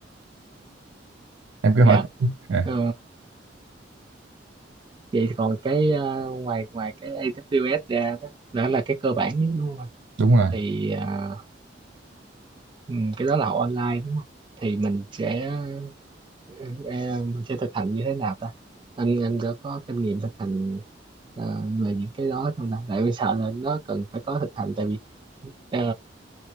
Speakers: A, on the right; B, on the right.
A: em cứ hỏi
B: dạ.
A: à,
B: Ừ, vậy còn cái ờ, ngoài ngoài cái AWS ra đó đó là cái cơ bản nhất đúng không anh
A: đúng rồi
B: thì ờ, ừm, cái đó là học online đúng không thì mình sẽ ờ, ờ, mình sẽ thực hành như thế nào ta anh anh có có kinh nghiệm thực hành ờ, về những cái đó trong ta tại vì sợ là nó cần phải có thực hành tại vì ờ,